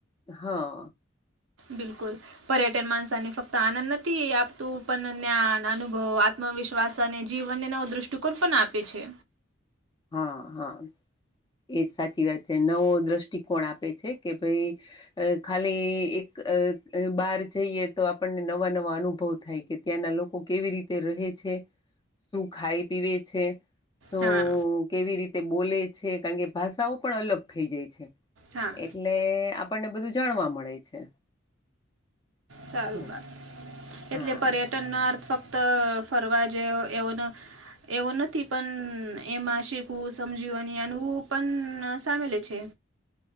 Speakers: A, on the left (about 20°); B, on the right (about 85°).
A: હા
B: બિલકુલ પર્યટન માણસાને ફક્ત આનંદ નથી આપતું પણ જ્ઞાન અનુભવ ત્ વિશ્વાસ અને જીવનને નવો દ્રષ્ટિકોણ પણ આપે છે
A: હા હા એ સાચી વાત છે નવો દ્રષ્ટિકોણ આપે છે કે ભાઈ અ ખાલી એક અ બહાર જઈએ તો આપણને નવા નવા અનુભવ થાય કે ત્યાંના લોકો કેવી રીતે રહે છે શું ખાઈ પીવે છે શું
B: હા
A: કેવી રીતે બોલે છે કારણ કે ભાષાઓ પણ અલગ થઈ જાય છે
B: હા
A: એટલે આપણને બધું જાણવા મળે છે
B: સારું
A: હમ
B: વાત
A: હા
B: એટલે પર્યટન ્ટનો અર્થ ફક્ત ફરવા જેે એવન એવો નથી પણ એમાં શીખવું સમજીવાની આનવું પણ સામેલે છે